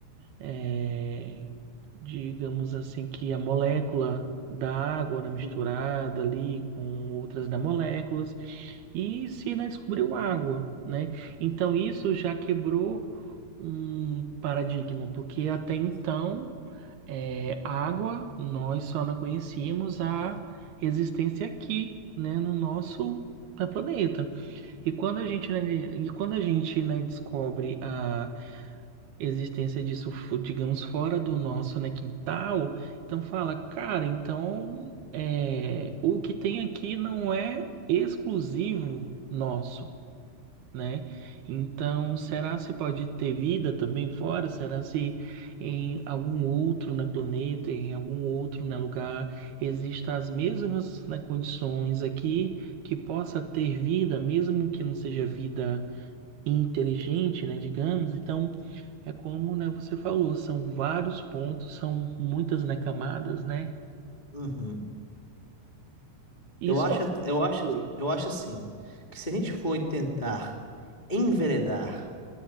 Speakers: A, on the right (about 65°); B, on the left (about 75°).
A: é, digamos assim, que a molécula da água, né, misturada
B: Uhum.
A: ali com outras da moléculas e Sina descobriu água, né? Então isso já quebrou um paradigma, porque até então é, água nós só não conhecíamos a existência aqui, né, no nosso eh, planeta. E quando a gente, né, e quando a gente, né, descobre a existência disso, fo- digamos, fora do nosso, né, quintal, então fala, cara, então é, o que tem aqui não é exclusivo nosso né? Então, será se pode ter vida também fora? Será se em algum outro na planeta, em algum outro na lugar, existem as mesmas, né, condições aqui que possa ter vida, mesmo que não seja vida inteligente, né, digamos? Então, é como, né, você falou, são vários pontos, são muitas, né, camadas, né?
B: Uhum.
A: Isso
B: Eu acho, eu acho,
A: Oi.
B: eu acho assim, que se a gente for tentar enveredar